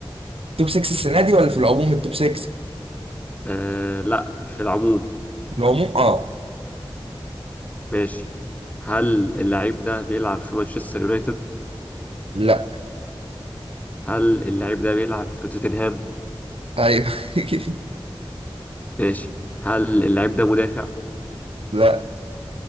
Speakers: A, on the right; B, on the left.
A: توب 6 السنه دي ولا في العموم التوب 6
B: آه لا في العموم
A: في العموم اه
B: ماشي هل اللعيب ده بيلعب في مانشستر يونايتد؟
A: لا
B: هل اللعيب ده بيلعب في توتنهام؟
A: ايوه <laughs>
B: ماشي هل اللعيب ده مدافع؟
A: لا